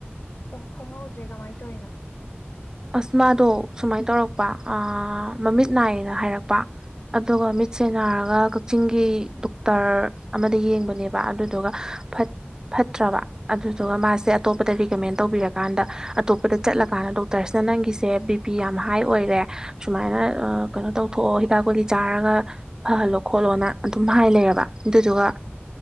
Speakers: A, on the left; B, on the right.
A: ꯑꯣ ꯈꯪꯍꯧꯗ꯭ꯔꯦ ꯀꯃꯥꯏꯅ ꯇꯧꯔꯤꯅꯣ
B: ꯑꯁ ꯃꯥꯗꯣ
A: ꯅꯪ
B: ꯁꯨꯃꯥꯏꯅ ꯇꯧꯔꯛꯄ ꯃꯃꯤꯠ ꯅꯥꯏꯌꯦꯅ ꯍꯥꯏꯔꯛꯄ ꯑꯗꯨꯒ ꯃꯤꯠꯁꯦ ꯅꯥꯔꯒ ꯀꯛꯆꯤꯡꯒꯤ ꯗꯣꯛꯇꯔ ꯑꯃꯗ ꯌꯦꯡꯕꯅꯦꯕ ꯑꯗꯨꯗꯨꯒ ꯐꯠ ꯐꯠꯇ꯭ꯔꯕ ꯑꯗꯨꯗꯨꯒ ꯃꯥꯁꯦ ꯑꯇꯣꯞꯄꯗ ꯔꯤꯀꯃꯦꯟ ꯇꯧꯕꯤꯔꯀꯥꯟꯗ ꯑꯇꯣꯞꯄꯗ ꯆꯠꯂꯀꯥꯟꯗ ꯗꯣꯛ ꯗꯣꯛꯇꯔꯁꯅ ꯅꯪꯒꯤꯁꯦ ꯕꯤ ꯄꯤ ꯌꯥꯝꯅ ꯍꯥꯏ ꯑꯣꯏꯔꯦ ꯁꯨꯃꯥꯏꯅ ꯀꯩꯅꯣ ꯇꯧꯊꯣꯛꯑꯣ ꯍꯤꯗꯥꯛ ꯀꯨꯂꯤ ꯆꯥꯔꯒ ꯐꯜꯂꯣ ꯈꯣꯠꯂꯣꯅ ꯑꯗꯨꯝ ꯍꯥꯏ ꯂꯩꯔꯕ ꯑꯗꯨꯗꯨꯒ